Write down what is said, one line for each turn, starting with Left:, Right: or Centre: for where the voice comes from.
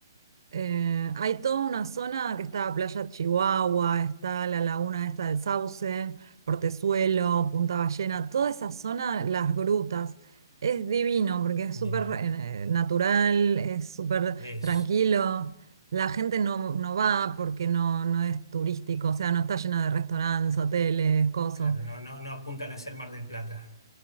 Right: Eh, hay toda una zona que está Playa Chihuahua, está la laguna esta del Sauce, Portezuelo, Punta Ballena, toda esa zona, las grutas, es divino porque es
Left: Mira,
Right: súper eh, natural, es súper
Left: eso.
Right: tranquilo. La gente no, no va porque no, no es turístico, o sea, no está lleno de restaurantes, hoteles, cosas.
Left: Claro, no, no, no apuntan a ser Mar del Plata.